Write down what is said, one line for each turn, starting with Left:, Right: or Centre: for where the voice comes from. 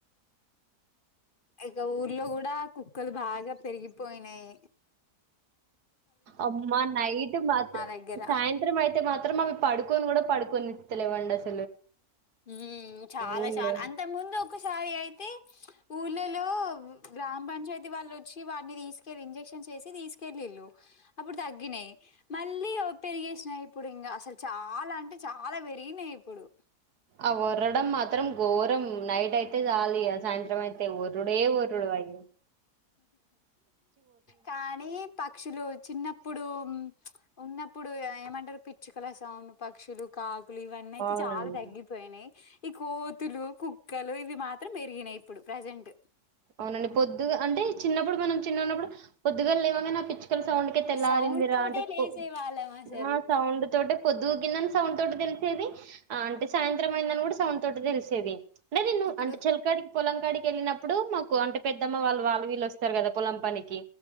Left: ఇక ఊర్లో గూడా కుక్కలు బాగా పెరిగిపోయినయి.
Right: అమ్మా నైట్ మాత్రం
Left: దగ్గర
Right: సాయంత్రం అయితే మాత్రం అవి పడుకోను గూడా పడుకోనిస్ స్తలేవండి అస్స్
Left: హ్మూ చాలా
Right: ఊళ్ళో
Left: చాలా అంతక్ ముందు. ఒకసారి అయితే ఊళ్ళలో గ్రామ పంచాయతీ వాళ్ళు వచ్చి వాటిని తీసుకెళ్ళి ఇంజెక్ష క్షన్ చేశి తీసుకెళ్ళిల్లు అప్పుడు తగ్గినయి మళ్ళీ ఓ పెరిగేశినయ్ ఇప్పుడు ఇంగా అసల్ చా చాలా అంటే చాలా పెరిగినయి ఇప్పుడూ.
Right: అవ్వొర్రడం మాత్రం ఘోరం నైట్ అయితే చాలిగా సాయంత్రం అయిత్ తే వర్రుడే వర్రుడు అయ్యి
Left: కానీ పక్షులూ చిన్నప్పుడూ ఉమ్మ్ ప్చ్ ఉన్నప్పుడూ ఇగ ఏమంటరు పిచ్చుకల సౌండు, పక్షులు, కాక్ కులు ఇవన్నీ అయితే
Right: అవునండి
Left: చాలా తగ్గిపోయినయి. ఈ కోతులు, కుక్కలు ఇవి మాత్రం పెరిగినయి ఇప్పుడు ప్రజెంటు.
Right: అవునండి పొద్దుగా అంటే చిన్నప్పుడు మనం చిన్నగున్నప్పుడు పొద్దుగాల్ లేవంగనే ఆప్పిచ్చు కల సౌండ్కే తెల్లారిందిరా
Left: సౌండ్ తోటే
Right: అంటే
Left: లేసేవాళ్ళం
Right: పొ
Left: అసలు.
Right: ఆ సౌండ్ తోటే పొద్దూకిందని. సౌండ్ తోటి తెల్సేది. ఆ అంటే సాయంత్రం అయిందని గూడ సౌండ్ తోటి తెల్సేది. అంటేదిన్ను
Left: ఇప్పుడు
Right: అంటే చెల్కాడికి పొలం కాడికి ఎళ్ళినప్పుడూ మాకు అంటే పెద్దమ్మ వాళ్ళు వాళ్ళు వీళ్ళు వస్తరు గదా పొలం పనికి.